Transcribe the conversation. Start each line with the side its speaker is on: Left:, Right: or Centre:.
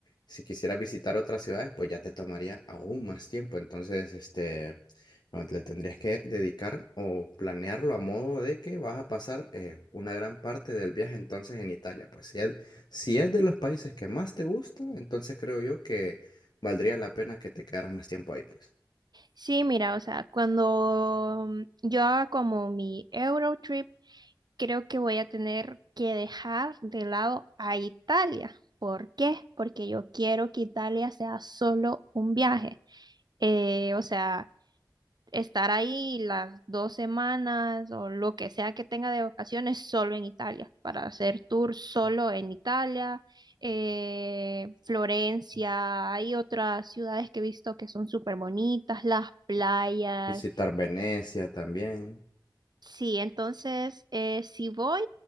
Left: si quisieras visitar otras ciudades, pues ya te tomaría aún más tiempo. Entonces, este, no, le tendrías que dedicar o planearlo a modo de que vas a pasar eh, una gran parte del viaje entonces en Italia. Pues si es, si es de los países que más te gusta, entonces creo yo que valdría la pena que te quedaras más tiempo ahí, pues.
Right: Sí, mira, o sea, cuando mm, yo haga como mi Eurotrip, creo que voy a tener que dejar de lado a Italia. ¿Por qué? Porque yo quiero que Italia sea solo un viaje. Eh, o sea, estar ahí las dos semanas o lo que sea que tenga de vacaciones solo en Italia, para hacer tour solo en Italia, eh, Florencia, hay otras ciudades que he visto que son súper bonitas, las playas
Left: Visitar Venecia también.
Right: Sí, entonces eh, si voy,